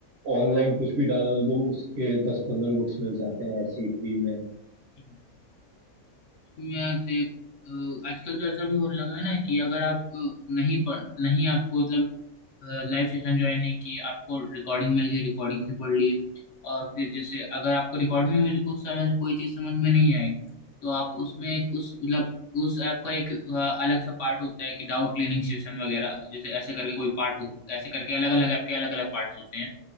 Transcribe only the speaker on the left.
हाँ में से अ, आजकल तो ऐसा भी होने लगा है ना कि अगर आप अ, नहीं पढ़ नहीं आपको मतलब लाइव सेशन ज्वाइन नहीं किए आपको रिकॉर्डिंग मिल गई रिकॉर्डिंग से पढ़ लिए और फिर जैसे अगर आपको रिकॉर्डिंग में भी कुछ समझ कोई चीज़ समझ में नहीं आई तो आप उसमें एक- उस मतलब उस ऐप का एक अ, अलग सा पार्ट होता है कि डाउट क्लियरिंग सेशन वगैरह जैसे ऐसे करके कोई पार्ट हो ऐसे करके अलग अलग ऐप के अलग अलग पार्ट्स होते हैं